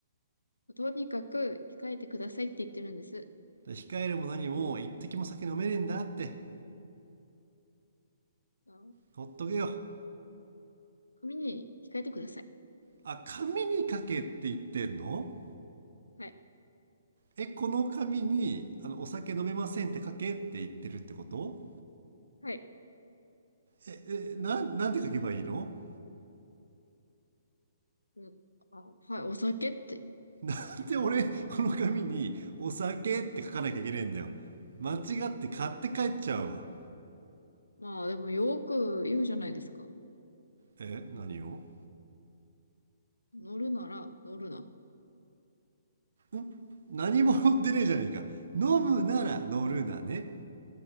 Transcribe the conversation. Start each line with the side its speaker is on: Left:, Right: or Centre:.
Left: とにかく控えてくださいって言ってるんです。
Right: 控えるも何も一滴も酒飲めねえんだって。
Left: あ
Right: ほっとけよ。
Left: 紙に控えてください。
Right: あ、紙に書けって言ってんの
Left: はい。
Right: え、この紙に、あの、お酒飲めませんって書けって言ってるってこと
Left: はい。
Right: え、え、なん、なんて書けばいいの
Left: うん、あ、はい。お酒って。
Right: <laughs> で、俺、この紙に、お酒って書かなきゃいけねえんだよ。間違って買って帰っちゃうわ。
Left: まあでもよく言うじゃないですか。
Right: え、何を
Left: 乗るなら乗るな。
Right: ん何も乗ってねえじゃねえか。飲むなら乗るなね。